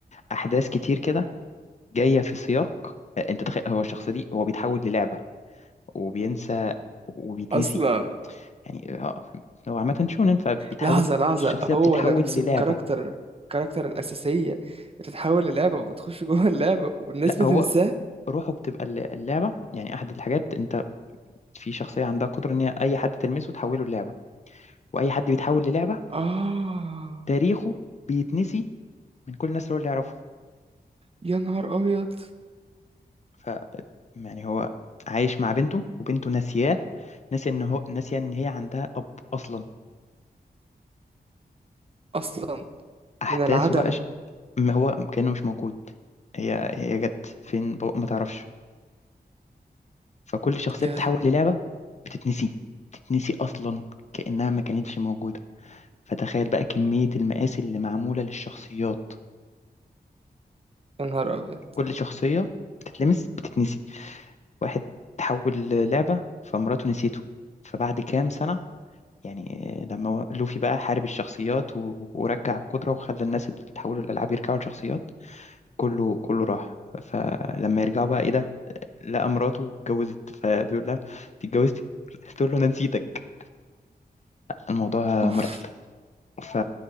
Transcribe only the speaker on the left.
أحداث كتير كده جاية في سياق آه، أنت تخيل هو الشخص دي هو بيتحول للعبة وبينسى وبيتنسي
يعني آه، هو عامة شونن فبيتحول
الشخصية
بتتحول
للعبة
لا هو
روحه بتبقى الل- اللعبة يعني أحد الحاجات أنت في شخصية عندها قدرة إن هي أي حد تلمسه تحوله للعبة وأي حد بيتحول للعبة
تاريخه بيتنسي من كل الناس اللي هو اللي يعرفه
ف يعني هو عايش مع بنته وبنته ناسياه ناسية إن هو ناسية إن هي عندها أب أصلا
أحداثه
بقى ش- ما هو كأنه مش موجود هي هي جت فين بابا ما تعرفش فكل شخصية
بتتحول للعبة بتتنسي تتنسي أصلا كأنها ما كانتش موجودة فتخيل بقى كمية المقاس اللي معمولة للشخصيات
كل شخصية بتتلمس بتتنسي واحد تحول لعبة فمراته نسيته فبعد كام سنة يعني آه، لما و- لوفي بقى حارب الشخصيات و- ورجع القدرة وخلى الناس اللي تحولوا الألعاب يرجعوا لشخصيات كله كله راح فلما يرجعوا بقى ايه ده لقى مراته اتجوزت فبيقول لها انت اتجوزتي <laughs> تقول له انا نسيتك الموضوع
مرعب ف